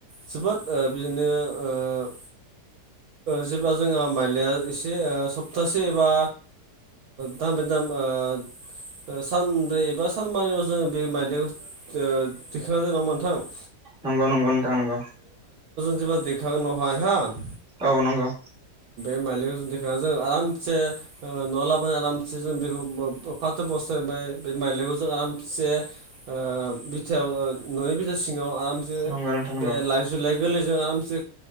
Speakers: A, on the right; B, in the centre.
A: जोबोद ओ बिदिनो ओ जेब्ला जो माइलया एसे ओ सप्तासे एबा ओ <unintelligible> सानब्रै एबा सानबानियाव जोङो बे माइदखौ दिखांना जेना मोनथां
B: नंगौ नंगौ नथां नंगौ
A: <unintelligible>
B: औ नंगौ
A: <unintelligible> से न'आव लाबोनानै आरामसे जों बेखौ फाथो बस्थु फ्राय बे माइलाायखौ जों आराम से ओ बिथायाव न'नि बिथा सिङाव आरामसे
B: नंगौ नोंथां नंगौ
A: बे लाइ जुलाय गोरलैजों आरामसे